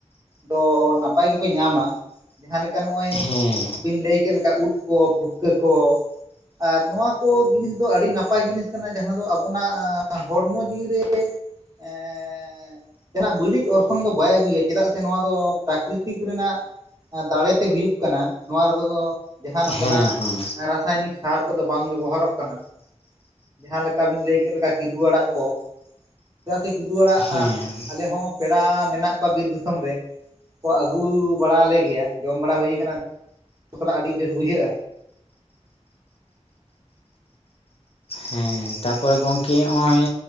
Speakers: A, on the right; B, on the left.
A: ᱫᱚ ᱱᱟᱯᱟᱭ ᱜᱮᱯᱮ ᱧᱟᱢᱟ᱾ ᱡᱟᱦᱟᱸ ᱞᱮᱠᱟ ᱱᱚᱜᱼᱚᱭ
B: ᱦᱮᱸ
A: ᱵᱤᱱ ᱞᱟᱹᱭ ᱠᱮᱫ ᱞᱮᱠᱟ ᱩᱫ ᱠᱚ ᱯᱷᱩᱴᱠᱟᱹ ᱠᱚ ᱟᱨ ᱱᱚᱣᱟ ᱠᱚ ᱡᱤᱱᱤᱥ ᱫᱚ ᱟᱹᱰᱤ ᱱᱟᱯᱟᱭ ᱡᱤᱱᱤᱥ ᱠᱟᱱᱟ ᱡᱟᱦᱟᱸ ᱫᱚ ᱟᱵᱚᱱᱟᱜ ᱦᱚᱲᱢᱚ ᱡᱤᱣᱤ ᱨᱮ ᱮᱸᱻ ᱡᱟᱦᱟᱸ ᱵᱟᱹᱲᱤᱡ ᱚᱨᱥᱚᱝ ᱫᱚ ᱵᱟᱭ ᱟᱹᱜᱩᱭᱟ ᱪᱮᱫᱟᱜ ᱥᱮ ᱱᱚᱣᱟ ᱫᱚ ᱯᱨᱟᱠᱨᱤᱛᱤᱠ ᱨᱮᱱᱟᱜ ᱫᱟᱲᱮᱛᱮ ᱦᱩᱭᱩᱜ ᱠᱟᱱᱟ ᱱᱚᱣᱟ ᱨᱮᱫᱚ ᱡᱟᱦᱟᱸ ᱱᱚᱝᱠᱟᱱᱟᱜ
B: ᱦᱮᱸ ᱦᱮᱸ
A: ᱨᱟᱥᱟᱭᱱᱤᱠ ᱥᱟᱨ ᱠᱚᱫᱚ ᱵᱟᱝ ᱵᱮᱵᱚᱦᱟᱨᱚᱜ ᱠᱟᱱᱟ᱾ ᱡᱟᱦᱟᱸ ᱞᱮᱠᱟ ᱵᱤᱱ ᱞᱟᱹᱭ ᱠᱮᱫ ᱞᱮᱠᱟ ᱠᱤᱫᱩ ᱟᱲᱟᱜ ᱠᱚ ᱪᱮᱫᱟᱜ ᱥᱮ ᱠᱤᱫᱩ ᱟᱲᱟᱜ
B: ᱦᱮᱸ
A: ᱟᱞᱮ ᱦᱚᱸ ᱯᱮᱲᱟ ᱢᱮᱱᱟᱜ ᱠᱚᱣᱟ ᱵᱤᱨ ᱫᱤᱥᱚᱢ ᱨᱮ ᱠᱚ ᱟᱹᱜᱩ ᱵᱟᱲᱟᱣᱟᱞᱮ ᱜᱮᱭᱟ᱾ ᱡᱚᱢ ᱵᱟᱲᱟ ᱦᱩᱭᱩ ᱠᱟᱱᱟ <inaudible> ᱥᱟᱞᱟᱜ ᱟᱹᱰᱤ ᱵᱮᱥ ᱵᱩᱡᱷᱟᱹᱜ-ᱟ᱾
B: ᱦᱮᱸ ᱛᱟᱨᱯᱚᱨᱮ ᱜᱚᱝᱠᱮ ᱦᱚᱸᱜ-ᱚᱭ